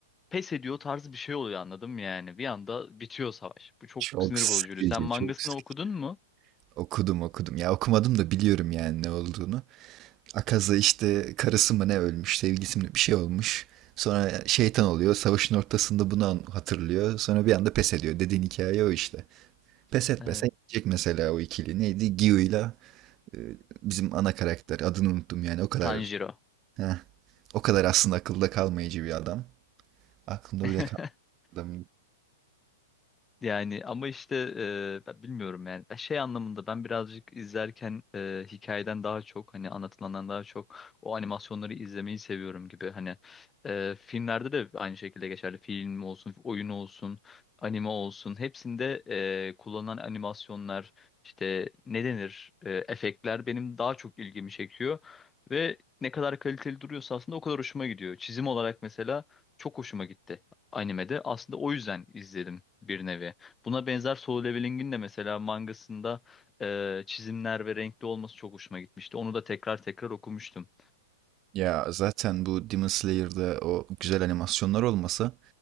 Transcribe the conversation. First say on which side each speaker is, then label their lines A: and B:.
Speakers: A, on the left; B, on the right.
A: pes ediyor tarzı bir şey oluyor anladım yani bir anda bitiyor savaş. Bu çok
B: Çok
A: sinir
B: sıkıcı,
A: bozucu. Sen mangasını
B: çok sıkıcı.
A: okudun mu?
B: Okudum okudum. Ya okumadım da biliyorum yani ne olduğunu. Akaza işte karısı mı ne ölmüş, sevgilisi mi bir şey olmuş. Sonra şeytan oluyor. Savaşın ortasında bunu an- hatırlıyor. Sonra bir anda pes ediyor. Dediğin hikaye o işte. Pes etmese
A: E,
B: gidecek mesela o ikili. Neydi? Gyu'yla e, bizim ana karakter. Adını unuttum yani. O kadar
A: Tanjiro.
B: heh, o kadar aslında akılda kalmayıcı bir adam. Aklımda
A: <laughs>
B: bile kal adam.
A: Yani ama işte e, ben bilmiyorum yani Ben şey anlamında ben birazcık izlerken e, hikayeden daha çok hani anlatılandan daha çok o animasyonları izlemeyi seviyorum gibi hani e, filmlerde de aynı şekilde geçerli film olsun oyun olsun anime olsun hepsinde e, kullanılan animasyonlar işte ne denir e, efektler benim daha çok ilgimi çekiyor ve ne kadar kaliteli duruyorsa aslında o kadar hoşuma gidiyor çizim olarak mesela çok hoşuma gitti animede. Aslında o yüzden izledim bir nevi. Buna benzer Solo Leveling'in de mesela mangasında e, çizimler ve renkli olması çok hoşuma gitmişti. Onu da tekrar tekrar okumuştum
B: Ya zaten bu Demon Slayer'da o güzel animasyonlar olmasa